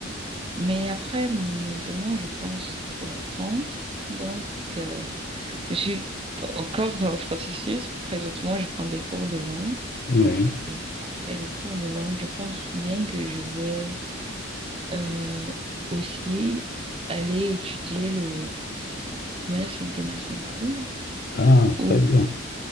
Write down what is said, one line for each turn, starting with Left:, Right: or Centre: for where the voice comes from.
Right: Mais après, maintenant, je pense reprendre. Donc, euh, je suis encore dans le processus. Présentement, je prends des cours de langue.
Left: Oui,
Right: Et après les cours de langue, je pense bien que je vais euh, aussi aller étudier le commerce international
Left: ah,
Right: ou
Left: très bien.